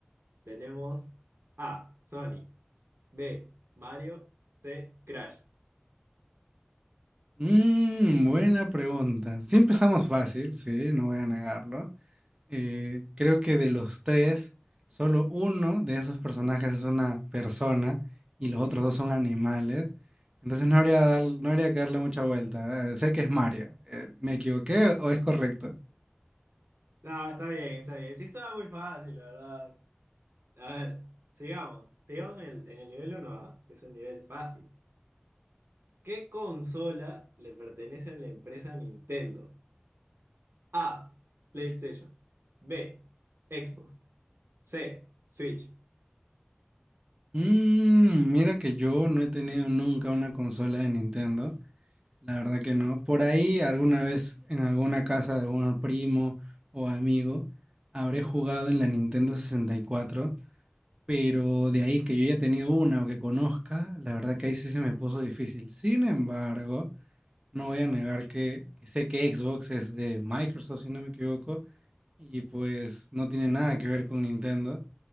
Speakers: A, on the right (about 80°); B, on the right (about 25°).
A: Tenemos A, Sonic, B, Mario, C, Crash.
B: Mm, buena pregunta. Sí empezamos fácil, sí, no voy a negarlo. Eh, creo que de los tres, solo uno de esos personajes es una persona y los otros dos son animales. Entonces no habría, dar- no habría que darle mucha vuelta. Eh, sé que es Mario. Eh, ¿me equivoqué o es correcto?
A: No, está bien, está bien. Sí, estaba muy fácil, la verdad. A ver, sigamos. Sigamos en el, en el nivel uno ¿ah? Que es el nivel fácil. ¿Qué consola le pertenece a la empresa Nintendo? A. PlayStation. B. Xbox. C. Switch.
B: Mm, mira que yo no he tenido nunca una consola de Nintendo, la verdad que no. Por ahí alguna vez en alguna casa de algún primo o amigo habré jugado en la Nintendo sesenta y cuatro, pero de ahí que yo haya tenido una o que conozca, la verdad que ahí sí se me puso difícil. Sin embargo, no voy a negar que, que sé que Xbox es de Microsoft, si no me equivoco, y pues no tiene nada que ver con Nintendo.